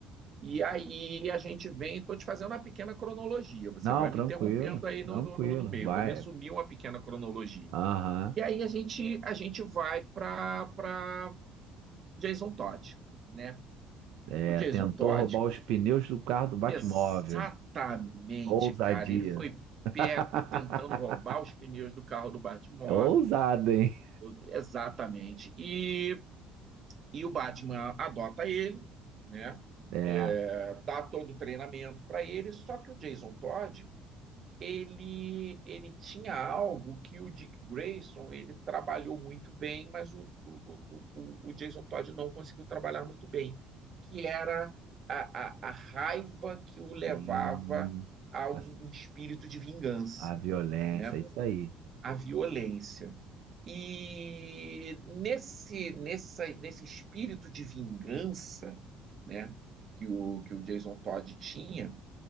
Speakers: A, on the right (about 30°); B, on the right (about 65°).
A: E aí a gente vem, estou te fazendo uma pequena cronologia. Você
B: Não,
A: vai
B: tranquilo,
A: me interrompendo aí
B: tranquilo.
A: no, no, no- no meio.
B: Vai.
A: Vou resumir uma pequena cronologia.
B: Aham.
A: E aí a gente a gente vai para para Jason Todd, né?
B: É,
A: O Jason
B: tentou
A: Todd
B: roubar os pneus do carro do Batmóvel.
A: Exatamente,
B: Ousadia.
A: cara. Ele foi
B: <laughs>
A: pego tentando roubar os pneus do carro do Batmóvel.
B: É ousado, hein?
A: Exatamente. E, e o Batman adota ele, né?
B: É,
A: É, Dá todo o treinamento para ele. Só que o Jason Todd, ele ele tinha algo que o Dick Grayson ele trabalhou muito bem, mas o, o, o, o Jason Todd não conseguiu trabalhar muito bem, que era a, a, a raiva que o levava
B: e
A: a um
B: a,
A: espírito de vingança,
B: a violência,
A: né?
B: isso aí.
A: A violência. E nesse, nessa, nesse espírito de vingança, né, que o, que o Jason Todd tinha,